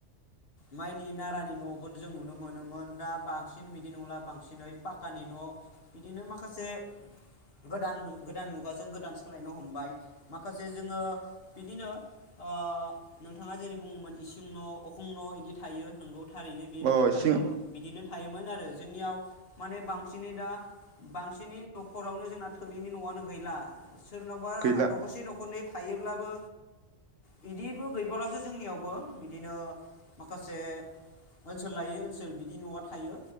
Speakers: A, on the left (about 55°); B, on the right (about 85°).
A: माइनि नारानि नबो जों नुनो मोनोमोन दा बांसिन बांसिन बिदि नंला बांसिनै पाकानि न बिदिनो माखासे गोदान गोदान मुगाजों गोदान सोलायनो हमबाय माखासे जोङो बिदिनो ओ नोंथाङा जेरै बुङोमोन इसिं न' अखं न' इदि थायो नंगौ थारैनो बेयो
B: अ
A: नोंथारगौ
B: इसिं
A: बिदिनो मोन आरो जोंनियाव माने बांसिनै दा बांसिनै नखरावनो जोंना थोरिनि नआनो गैला सोरनावबा
B: गैला
A: नखरसे नखरनै थायोब्लाबो बिदिबो गैबावलासो जोंनियावबो बिदिनो माखासे ओनसोल लायै ओनसोल बिदि नआ थायो